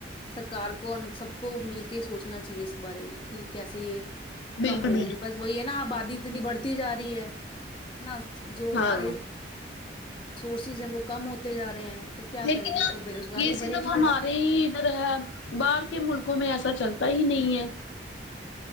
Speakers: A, on the left; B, on the left.
A: سرکار کو اور سب کو مل کے سوچنا چاہیے اس کے بارے میں کہ کیسے یہ
B: بالکل
A: کم ہوگی بس وہی ہے نا آبادی اتنی بڑھتی جا رہی ہے نا جو ہمارے
B: ہاں
A: سورسز ہیں وہ کم ہوتے جا رہے ہیں تو کیا
B: لیکن
A: کریں گے وہ بے روزگاری
B: یہ
A: ہی
B: صرف
A: بڑھے گی پھر
B: ہمارے ہی ادھر ہے باہر کے ملکوں میں ایسا چلتا ہی نہیں ہے